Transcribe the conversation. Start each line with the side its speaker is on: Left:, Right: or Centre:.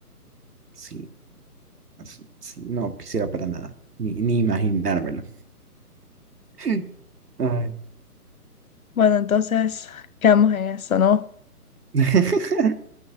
Right: Sí, así- sí, no quisiera para nada, ni, ni imaginármelo. <laughs> Ay.
Left: Bueno, entonces quedamos en eso, ¿no?
Right: <laughs>